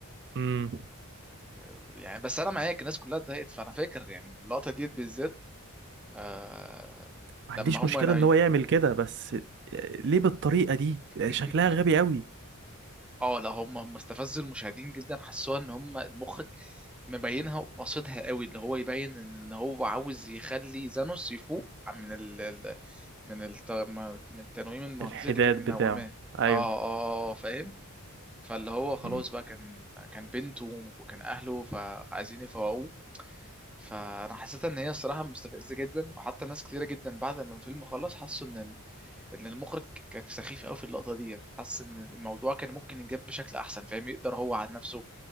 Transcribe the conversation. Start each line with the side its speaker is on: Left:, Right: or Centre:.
Right: امم
Centre: آه، يعني بس انا معاك الناس كلها اتضايقت فانا فاكر يعني اللقطه ديت بالذات آه
Right: ما عنديش
Centre: لما هم
Right: مشكلة
Centre: ناي
Right: ان هو يعمل كده بس آه، ليه بالطريقة دي آه،
Centre: <laughs>
Right: شكلها غبي قوي
Centre: اه لا هم هم استفزوا المشاهدين جدا حسوها ان هم المخرج مبينها وقاصدها قوي اللي هو يبين ان هو عاوز يخلي زانوس يفوق من ال ال- من الت... من التنويم المغناطيسي
Right: الحداد
Centre: اللي كانت منوماه
Right: بتاعه ايوه
Centre: اه اه آه، فاهم فاللي هو خلاص
Right: مم.
Centre: بقى كان كان بنته وكان اهله فعايزين يفوقوه فانا حسيت ان هي الصراحه مستفزه جدا وحتى ناس كتيره جدا بعد ما الفيلم خلص حسوا ان ان المخرج كان سخيف قوي في اللقطه دي حس ان الموضوع كان ممكن يتجاب بشكل احسن فاهم يقدر هو عن نفسه